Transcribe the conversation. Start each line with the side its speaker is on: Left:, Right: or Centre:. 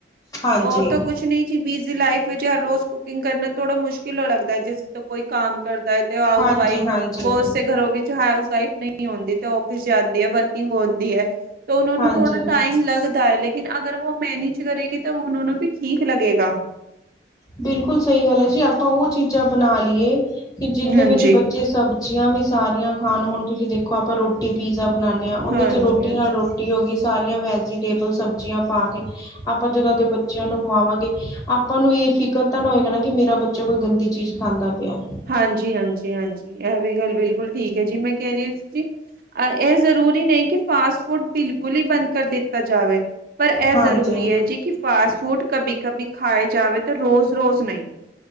Left: ਹਾਂਜੀ,
Right: ਔਰ ਤੋ ਕੁਛ ਨੀ। ਤੁ ਬਿਜ਼ੀ ਲਾਈਫ ਵਿੱਚ ਹਰ ਰੋਜ਼ ਕੁਕਿੰਗ ਕਰਨਾ ਥੋੜ੍ਹਾ ਮੁਸ਼ਕਿਲ ਹੋ ਲੱਗਦਾ ਹੈ, ਜਿਸ ਤੋਂ ਕੋਈ ਕੰਮ ਕਰਦਾ ਹੈ। ਹਾਊਸ
Left: ਹਾਂਜੀ,
Right: ਵਾਈਫ,
Left: ਹਾਂਜੀ,
Right: ਬੋਸ ਘਰੋਂ ਵਿੱਚ ਹਾਊਸ ਵਾਈਫ ਨਹੀਂ ਹੋਂਦੀ ਤੇ ਔਫੀਸ ਜਾਂਦੀ ਹੈ, ਵਰਕਿੰਗ ਹਹੋਂਦੀ ਹੈ। ਤੋਂ ਉਹਨਾਂ ਨੂੰ
Left: ਹਾਂਜੀ।
Right: ਥੋੜਾ ਟਾਈਮ ਲੱਗਦਾ ਲੇਕਿ ਕਿਨ ਅਗਰ ਵੋ ਮੈਨੇਜ ਕਰੇਗੀ ਤਾਂ ਓਨਾਂ ਨੂੰ ਵੀ ਠੀਕ ਲੱਗੇਗਾ।
Left: ਬਿਲਕੁਲ ਸਹੀ ਗੱਲ ਐ ਜੀ, ਆਪਾਂ ਉਹ ਚੀਜ਼ਾਂ ਬਣਾ ਲਈਏ ਕਿ ਜਿੰਦੇ
Right: ਹਾਂਜੀ
Left: ਵਿੱਚ ਬੱਚੇ ਸਭ ਸਬਜ਼ੀਆਂ ਵੀ ਸਾਰੀਆਂ ਖਾਨ ਹੁਣ ਤੁਸੀਂ ਦੇਖੋ ਆਪਾਂ ਰੋਟੀ ਪੀਜ਼ਾ ਬਨਾਂਦੇ ਹਾਂ ਓਂਦੇ
Right: ਹਾਂਜੀ
Left: ਚ ਰੋਟੀ
Right: ਹਾਂਜੀ
Left: ਨਾਲ ਰੋ ਟੀ ਹੋ ਗੀ ਸਾਰੀਆਂ ਵੈਜੀਟੇਬਲ ਸਬਜ਼ੀਆਂ ਪਾ ਕੇ ਆਪਾਂ ਜਦੋਂ ਆਪਦੇ ਬੱਚਿਆਂ ਨੂੰ ਖਵਾਵਾਂਗੇ ਆਪਾਂ ਨੂੰ ਹੀ ਫ਼ਿਕਰ ਤਾਂ ਨਾ ਹੋਏਗਾ ਨਾ ਕਿ ਮੇਰਾ ਬੱਚਾ ਕੋਈ ਗੰਦੀ ਚੀਜ਼ ਖਾਂਦਾ ਪਿਆ।
Right: ਹਾਂਜੀ, ਹਾਂਜੀ, ਹਾਂਜੀ ਐ ਵੀ ਗੱਲ ਬਿਲਕੁਲ ਠੀਕ ਐ ਜੀ, ਮੈਂ ਕਹਿ ਰਹੀ ਸੀ ਜੀ ਅ ਇਹ ਜ਼ਰੂਰੀ ਨਹੀਂ ਕਿ ਫਾਸਟ ਫੂਡ ਬਿਲਕੁਲ ਹੀ ਬੰਦ ਕਰ ਦਿੱਤਾ ਜਾਵੇ, ਪਰ ਇਹ
Left: ਹਾਂਜੀ।
Right: ਜ਼ਰੂਰੀ ਹੈ ਜੀ ਕਿ ਫਾਸਟ ਫੂਡ ਕਬੀ ਕਬੀ ਖਾਏ ਜਾਵੇ ਤੇ ਰੋਜ਼-ਰੋਜ਼ ਨਹੀਂ।